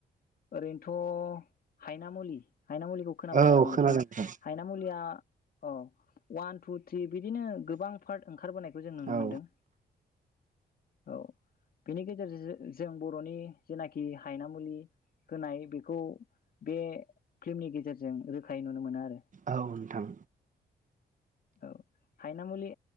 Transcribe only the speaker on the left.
ओरैनोथ' हायनामुलि हायनाामुलिखौ खोनाबाय
जानांगौ
नोंथाङा
हायनाामुलिया अ वान टु थ्रि बिदिनो गोबां पार्ट ओंखा ओंखारबोनायखौ जों नुनो
मोनदों औ बेनि गेजेरजों जो-जों बर'नि जेनाखि हायनाामुलि होनाय बेखौ बे फिल्मनि गेजेरजों रोखायै नुनो मोनो आरो
औ हायनामुलि